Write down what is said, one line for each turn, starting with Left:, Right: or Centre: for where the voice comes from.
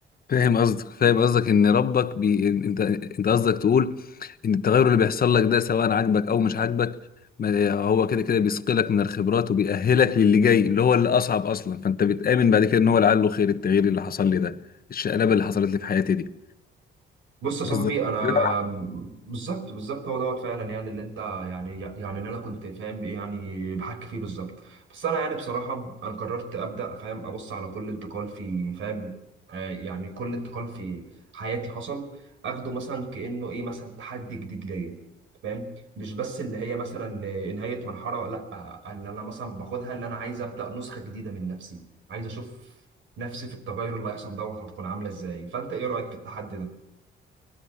Left: فاهم قصدك فاهم قصدك ان ربك بي... انت انت قصدك تقول ان التغير اللي بيحصل لك ده سواء عاجبك او مش عاجبك ما... هو كده كده بيسقلك من الخبرات وبيأهلك للي جاي اللي هو اللي اصعب اصلا فانت بتآمن بعد كده ان هو لعله خير التغيير اللي حصل لي ده الشقلبه اللي حصلت لي في حياتي دي
Right: بص يا صاحبي
Left: قصدك
Right: انا
Left: كده؟
Right: بالظبط بالظبط هو دوت فعلا يعني اللي انت يعني يعني اللي انا كنت فاهم ايه يعني بحكي فيه بالظبط بس انا يعني بصراحه انا قررت ابدا فاهم ابص على كل انتقال في فاهم آه يعني كل انتقال في حياتي حصل اخده مثلا كانه ايه مثلا تحدي جديد ليا فاهم مش بس ان هي مثلا آه، نهايه مرحله لا آه، ان انا مثلا باخدها اللي انا عايز ابدا نسخه جديده من نفسي عايز اشوف نفسي في التغير اللي هيحصل دوت هتكون عامله ازاي فانت ايه رايك في التحدي ده؟